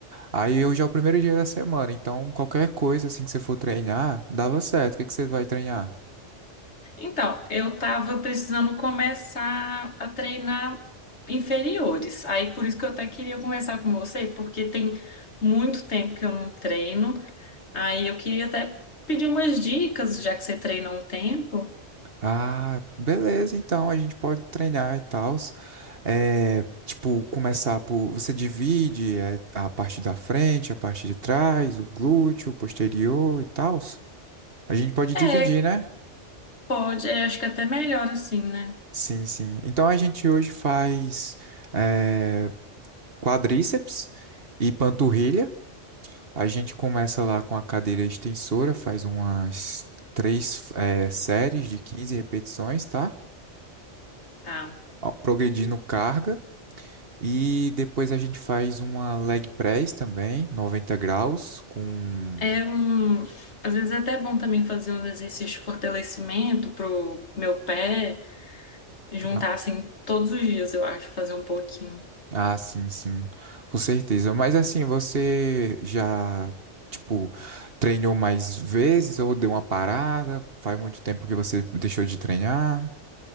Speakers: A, on the right; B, on the left.
A: Aí hoje é o primeiro dia da semana, então qualquer coisa assim que você for treinar, dava certo. O que que você vai treinar?
B: Então, eu tava precisando começar a treinar inferiores. Aí, por isso que eu até queria conversar com você, porque tem muito tempo que eu não treino. Aí, eu queria até pedir umas dicas, já que você treina há um tempo.
A: Ah, beleza, então a gente pode treinar e tal. É, tipo, começar por. Você divide é, a parte da frente, a parte de trás, o glúteo, o posterior e tal. A gente pode dividir,
B: É,
A: né?
B: pode, é, acho que até melhor assim, né?
A: Sim, sim. Então a gente hoje faz é, quadríceps e panturrilha. A gente começa lá com a cadeira extensora, faz umas três é, séries de 15 repetições, tá?
B: Tá.
A: Ó, Progredindo carga. E depois a gente faz uma leg press também, 90 graus, com.
B: É um. Às vezes é até bom também fazer um exercício de fortalecimento pro meu pé, juntar
A: Ah,
B: assim todos os dias, eu acho, fazer um pouquinho.
A: ah, sim, sim, com certeza. Mas assim, você já, tipo, treinou mais vezes ou deu uma parada? Faz muito tempo que você deixou de treinar?